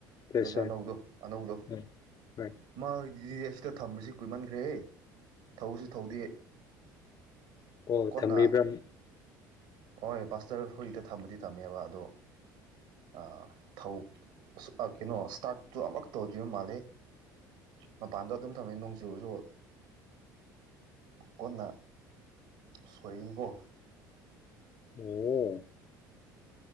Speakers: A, on the left; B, on the right.
A: ꯄ꯭ꯂꯦꯁꯔ
B: ꯂꯩꯁꯔ ꯑꯅꯧꯗꯣ ꯑꯅꯧꯕꯗꯣ
A: ꯎꯝ ꯍꯣꯏ
B: ꯃꯥ ꯍꯣꯏꯗꯤ ꯑ ꯁꯤꯗ ꯊꯝꯕꯁꯤ ꯀꯨꯏꯃꯟꯈ꯭ꯔꯦꯍꯦ ꯊꯧꯁꯨ ꯊꯧꯗꯦ
A: ꯀꯣ
B: ꯀꯣꯟꯅ
A: ꯊꯝꯃꯤꯕ꯭ꯔꯝ
B: ꯍꯣꯏ ꯕꯥꯁꯇ꯭ꯔ ꯍꯨꯏꯗ ꯊꯝꯕꯗꯤ ꯊꯝꯃꯦꯕ ꯑꯗꯣ ꯑ ꯊꯧ ꯑꯁ ꯑ ꯀꯩꯅꯣ ꯏꯁꯇꯥꯔꯠꯇꯨ ꯑꯃꯨꯔꯛ ꯇꯧꯗ꯭ꯔꯤꯕ ꯃꯥꯜꯂꯦ ꯃꯄꯥꯟꯗ ꯑꯗꯨꯝ ꯊꯝꯃꯦ ꯅꯣꯡꯖꯨꯔꯁꯨ ꯀꯣꯟꯅ ꯁꯣꯏꯈꯤꯅꯤꯀꯣ
A: ꯑꯣ